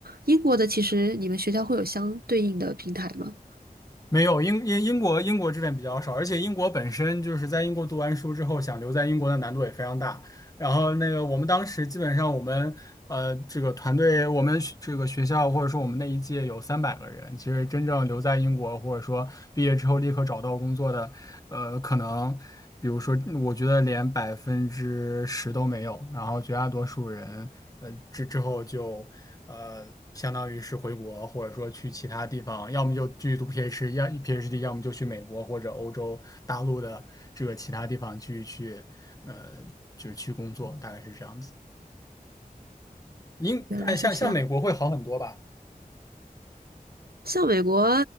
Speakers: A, on the right; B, on the left.
A: 英国的其实你们学校会有相对应的平台吗？
B: 没有，英英英国英国这边比较少，而且英国本身就是在英国读完书之后想留在英国的难度也非常大。然后那个我们当时基本上我们呃这个团队，我们学这个学校或者说我们那一届有三百个人，其实真正留在英国或者说毕业之后立刻找到工作的，呃，可能比如说我觉得连百分之十都没有，然后绝大多数人呃之之后就。呃，相当于是回国，或者说去其他地方，要么就继续读 PhD，要 PhD，要么就去美国或者欧洲大陆的这个其他地方去去。呃，就是去工作，大概是这样子。英，
A: 原来是这样。
B: 哎，像像美国会好很多吧？
A: 像美国，